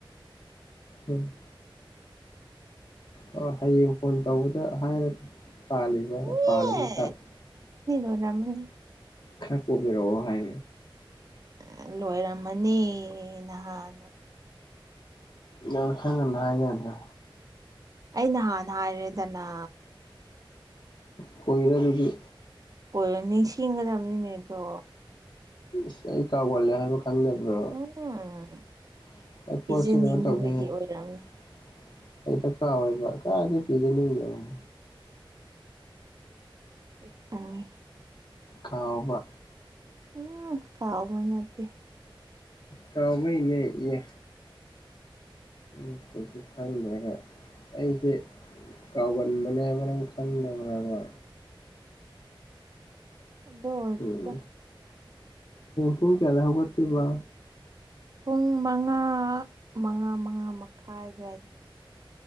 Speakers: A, on the left; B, on the right.
A: ꯎꯝ ꯍꯣꯏ ꯍꯌꯦꯡ ꯐꯣꯟ ꯇꯧꯕꯗ ꯍꯥꯏꯔꯒꯦ ꯄꯥꯂꯤꯕ
B: ꯑꯦ
A: ꯄꯥꯜꯂꯗꯤ ꯈꯕ
B: <unintelligible>
A: ꯈꯔ ꯄꯨꯕꯤꯔꯣꯛ ꯑꯣ ꯍꯥꯏ
B: ꯑꯦ ꯂꯣꯏꯔꯝꯃꯅꯤ ꯅꯍꯥꯟꯅ
A: ꯅꯪ ꯈ꯭ꯔ ꯉꯟꯅ ꯍꯥꯏ ꯌꯥꯗ꯭ꯔꯣ
B: ꯑꯩ ꯅꯍꯥꯟꯅ ꯍꯥꯏꯔꯦꯗꯅ
A: ꯀꯣꯏꯔꯦ ꯑꯗꯨꯗꯤ
B: ꯀꯣꯏꯅꯤ ꯁꯤꯟꯒꯗꯅꯤ ꯑꯗꯣ
A: ꯁ ꯑꯩ ꯀꯥꯎꯒꯜ ꯂꯦ ꯍꯥꯏꯕ ꯈꯪꯗꯕ꯭ꯔꯣ
B: <unintelligible>
A: <unintelligible>
B: ꯄꯤꯖꯅꯤꯡꯗꯕꯒꯤ ꯑꯣꯏꯔꯝꯅꯤ
A: ꯍꯦꯛꯇ ꯀꯥꯎꯋꯦꯕ ꯀꯥꯏꯗꯩ <unintelligible>
B: ꯑꯩ ꯈꯪꯉꯦ
A: ꯀꯥꯎꯕ
B: ꯎꯝ ꯀꯥꯎꯕ ꯅꯠꯇꯦ
A: ꯀꯥꯎꯕꯩꯅꯦ ꯑꯦ ꯎ ꯀꯩꯁꯨ ꯈꯪꯗ꯭ꯔꯒ ꯑꯩꯁꯦ ꯀꯥꯎꯕꯥꯟꯕꯅꯦ ꯅꯪ ꯈꯪꯗꯕ꯭ꯔꯕ
B: ꯑꯗꯨ ꯑꯣꯏꯔꯁꯨ
A: ꯎꯝ ꯄꯨꯡ ꯀꯌꯥꯗ ꯍꯧꯒꯠꯇꯣꯏꯕ
B: ꯄꯨꯡ ꯃꯉꯥ ꯃꯉꯥ ꯃꯉꯥ ꯃꯈꯥꯏ ꯑꯗꯨꯋꯥꯏꯗ